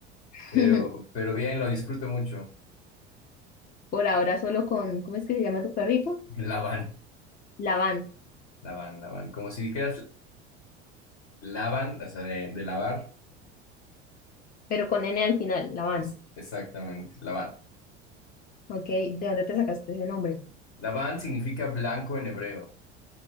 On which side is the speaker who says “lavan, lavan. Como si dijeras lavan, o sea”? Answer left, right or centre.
Left